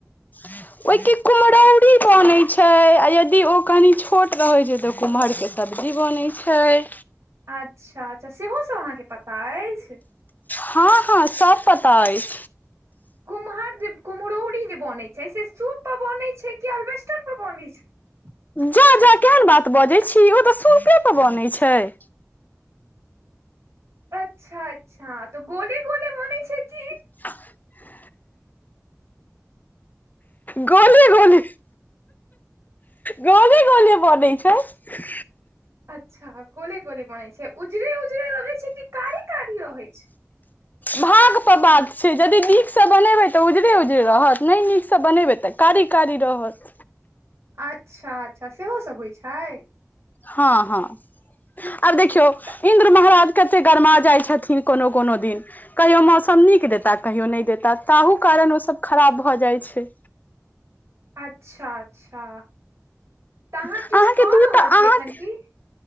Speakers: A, on the left; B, on the right.
A: <unintelligible> ओए के कुम्हरौरी बनै छय आ यदि ओ कनि छोट रहै छय त कुम्हरके सब्जी बनै छय।
B: अच्छा-अच्छा सेहो सब अहाँ के पता अइछ।
A: हँ हँ सब पता अइछ
B: कुम्हर जे कुम्हरौरीजे बनै छय से सूप पर बनै छय कि अलबेस्टर पर बनै छय। <unintelligible>
A: जा-जा केहन बात बजै छी ओ तऽ सुपे पर बनै छय।
B: अच्छा-अच्छा तऽ गोले-गोले बोनय छय की।
A: <unintelligible> गोले-गोले गोले गोले बनै छय।
B: अच्छा गोले-गोले बोनय छय। उजरे-उजरे रहै छै। कि कारी-कारी रहै छय। <unintelligible>
A: भाग पर बात छै जदि नीक सँ बनेबै त उजरे-उजरे रहत नहि नीकसँ बनेबै त कारी-कारी रहत
B: अच्छा-अच्छा सेहो सब होई छय।
A: हँ हँ आब देखियौ
B: तऽ
A: इन्द्र महाराज कते गरमा जाइ छथिन कोनो-कोनो दिन कहियो मौसम नीक देता कहियो नहि देता ताहू कारण ओ सब खराब भऽ जाए छय।
B: अच्छा अच्छा त अहाँ
A: अहाँके
B: किछ कऽ
A: दूटा
B: रहल छी
A: अहाँके
B: एखन की